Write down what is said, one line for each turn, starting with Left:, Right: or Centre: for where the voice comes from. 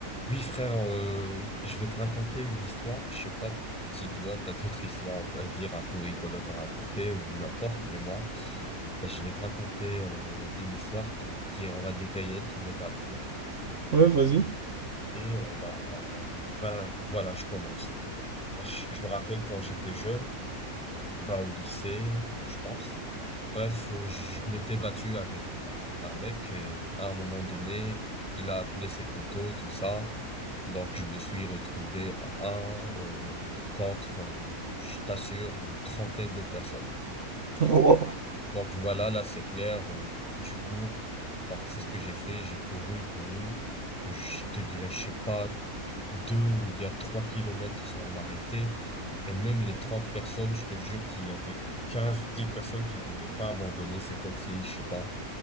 Centre: Oui, frère, euh, je vais te raconter une histoire. Je sais pas si toi, t'as d'autres histoires, on va dire, un peu rigolotes à raconter ou n'importe, mais moi, bah, je vais te raconter euh, une histoire que- qui est, on va dire, réelle, qui m'est arrivée.
Right: Ouais, vas-y.
Centre: Et euh, bah, va- voilà, je commence. Bah, Je, je me rappelle quand j'étais jeune, bah, au lycée, je pense. Bref, euh, je m'étais battu avec un, un mec et à un moment donné, il a appelé ses potos, tout ça. Donc, je me suis retrouvé à un euh, contre, euh, je t'assure, une trentaine de personnes.
Right: Wow.
Centre: Donc voilà, là c'est clair, euh, tu cours. Donc c'est ce que j'ai fait, j'ai couru, couru. Je te dirais, je sais pas, deux ou bien trois kilomètres sans m'arrêter. Et même les 30 personnes, je te jure qu'il y avait 15 ou 10 personnes qui voulaient pas abandonner. C'est comme si, je sais pas,